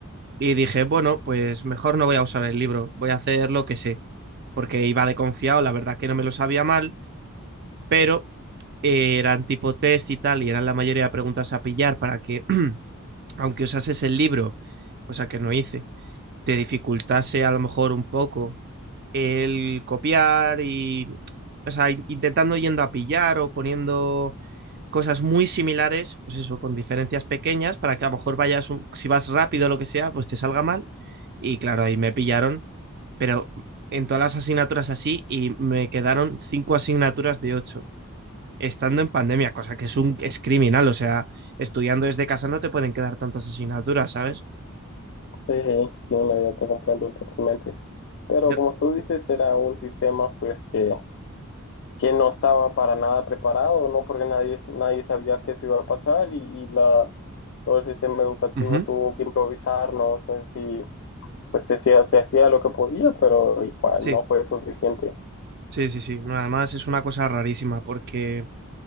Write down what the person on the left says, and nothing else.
sí, sí, sí, no, yo te comprendo totalmente. Pero
como tú dices, era un sistema pues que que no estaba para nada preparado, ¿no? Porque nadie, nadie sabía que eso iba a pasar y, y la, todo el sistema educativo
tuvo que improvisar, ¿no? Entonces sí, pues se, hacía- se hacía lo que podía, pero igual
no fue suficiente.